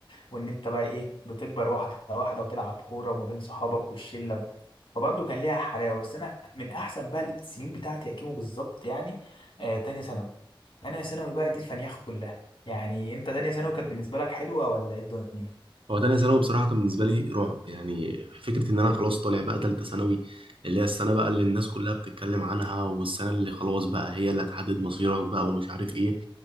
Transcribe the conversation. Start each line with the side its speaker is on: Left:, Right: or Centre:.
Left: وان انت بقى ايه بتكبر واحده واحده وتلعب كوره وما بين صحابك والشله فبرضه كان ليها حلاوه بس انا من احسن بقى السنين بتاعتي يا كيمو بالظبط يعني آه تانية ثانوي انا ثانوي بقى دي الفنيخه كلها يعني انت تانية ثانوي كانت بالنسبه لك حلوه ولا ايه الدنيا
Right: هو تانية ثانوي بصراحة كان بالنسبة لي رعب يعني فكرة إن أنا خلاص طالع بقى تالتة ثانوي اللي هي السنة بقى اللي الناس كلها بتتكلم عنها والسنة اللي خلاص بقى هي اللي هتحدد مصيرك بقى ومش عارف إيه